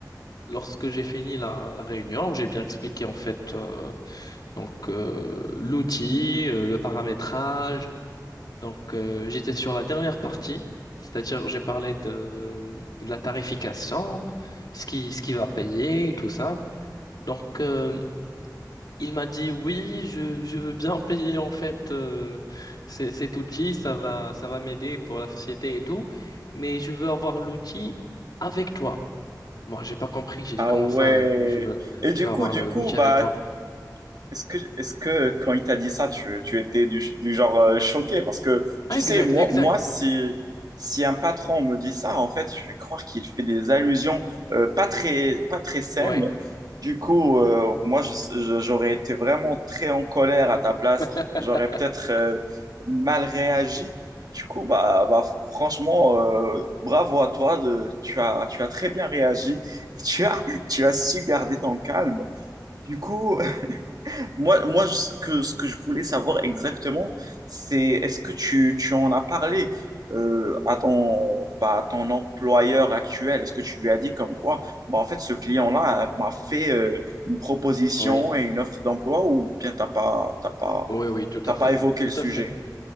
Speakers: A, on the left; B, on the right.
A: lorsque j'ai fini la, la réunion, j'ai bien expliqué en fait euh, donc euh, l'outil, euh, le paramétrage. Donc euh, j'étais sur la dernière partie, c'est-à-dire j'ai parlé de, de la tarification, ce qui, ce qui va payer, tout ça. Donc, euh, Il m'a dit oui, je, je veux bien payer en fait euh, c- cet outil, ça va, ça va m'aider pour la société et tout, mais je veux avoir l'outil avec toi. Moi, j'ai pas compris, j'ai
B: Ah
A: dit comment
B: ouais.
A: ça, je, je veux,
B: Et du
A: je veux avoir
B: coup, du
A: le-
B: coup,
A: l'outil
B: bah,
A: avec toi.
B: Est-ce que, est-ce que quand il t'a dit ça, tu, tu étais du, du genre euh, choqué? Parce que, tu
A: Ah, exact,
B: sais, moi,
A: exact,
B: moi si, si un patron me dit ça, en fait, je vais croire qu'il fait des allusions euh, pas très, pas très saines.
A: ouais,
B: Du coup, euh, moi, je- je- j'aurais été vraiment très en colère à ta place.
A: <laughs>
B: J'aurais peut-être euh, mal réagi. Du coup, bah, bah, franchement, euh, bravo à toi. de- tu as, tu as très bien réagi. <laughs> Tu as, tu as su garder ton calme. Du coup, moi, moi, ce que, ce que je voulais savoir exactement, c'est est-ce que tu, tu en as parlé euh, à ton, bah, à ton employeur actuel? Est-ce que tu lui as dit comme quoi, bah, en fait, ce client-là euh, m'a fait euh, une proposition
A: oui, oui,
B: et une offre d'emploi ou bien t'as pas, t'as pas,
A: oui, tout
B: t'as
A: à fait,
B: pas évoqué
A: tout
B: le sujet?
A: à fait,